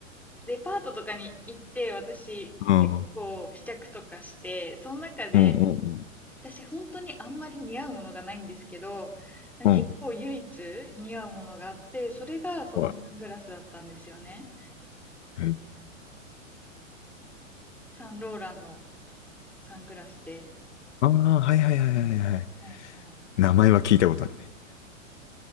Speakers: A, in the centre; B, on the left.
A: デパートとかに行って、私、
B: うん。
A: 結構こう、
B: うん
A: 試着とかして、その中で、
B: うん
A: 私本当にあんまり似合うものがないんですけど、結構唯一似合うものがあって、
B: うん。うん。
A: それがそのサングラスだったんですよね。
B: はい。
A: サンローランのサングラスで。
B: ああー、はいはいはいはいはい。
A: はいはい。
B: 名前は聞いたことあるね。